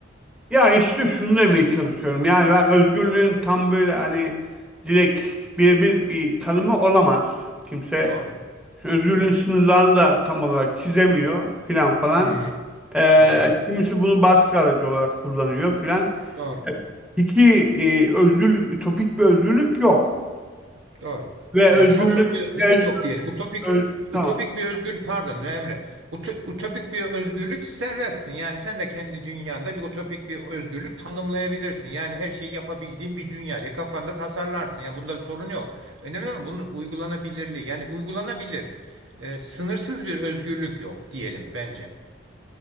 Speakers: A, in the centre; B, on the right.
A: Ya işte şunu demeye çalışıyorum. Yani ben özgürlüğün tam böyle hani direkt birebir bir tanımı olamaz. Kimse
B: Doğru.
A: özgürlüğün sınırlarını da tam olarak çizemiyor filan falan.
B: Hı hı.
A: Ee,
B: Doğru.
A: kimisi bunu baskı aracı olarak kullanıyor filan.
B: Doğru.
A: İki e, özgür ütopik bir özgürlük yok.
B: Doğru.
A: Ve
B: Yani
A: özgürlük
B: sonsuz bir özgürlük
A: öz,
B: yok diyelim. Utopik
A: öz-
B: utopik
A: tamam.
B: bir özgürlük pardon Emre. Uto- Utopik bir özgürlük serbestsin. Yani sen de kendi dünyanda bir utopik bir özgürlük tanımlayabilirsin. Yani her şeyi yapabildiğin bir dünya diye kafanda tasarlarsın. Yani bunda bir sorun yok. Önemli olan bunun uygulanabilirliği. Yani uygulanabilir. E, sınırsız bir özgürlük yok diyelim bence.